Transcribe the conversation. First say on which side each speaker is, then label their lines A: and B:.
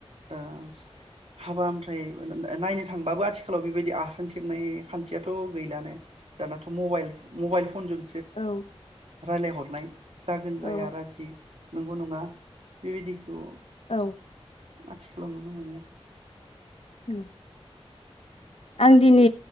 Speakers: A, on the right (about 75°); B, on the left (about 70°).
A: ओ हाबा ओमफ्राय ओ नो नो नायनो थांबाबो आथिखालाव बेबायदि आसान खेबनाय खान्थियाथ' गैलानो दानाथ' मबाइल मबाइल फन जों
B: औ
A: रायलायहतनाय जागोन जाया
B: औ
A: राजि नंगौ नङा बेबायदिखौ
B: औ
A: आथिखा खालाव नुनो मोनो
B: औ आं दिनि